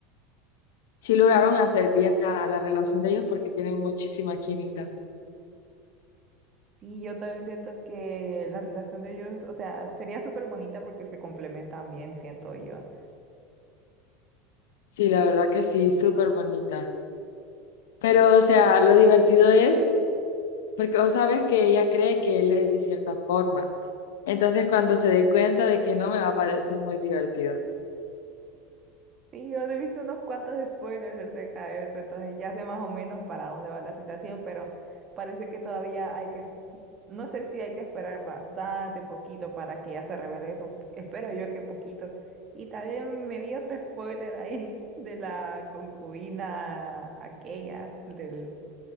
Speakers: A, on the left (about 85°); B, on the right (about 35°).
A: sí lograron
B: Sí,
A: hacer bien a la relación de ellos porque tienen muchísima química.
B: sí, yo también siento que la relación de ellos, o sea, sería súper bonita porque se complementan bien, siento yo.
A: Sí, la verdad que sí, súper bonita. Pero, o sea, lo divertido es porque vos sabes que ella cree que él es de cierta forma. Entonces, cuando se dé cuenta de que no me va a parecer muy divertido.
B: Sí, yo he visto unos cuantos spoilers acerca de eso, entonces ya sé más o menos para dónde va la situación, pero parece que todavía hay que No sé si hay que esperar bastante, poquito para que ya se revele eso. Espero yo que poquito. Y también me vi otro spoiler ahí <laughs> de la concubina aquella, del,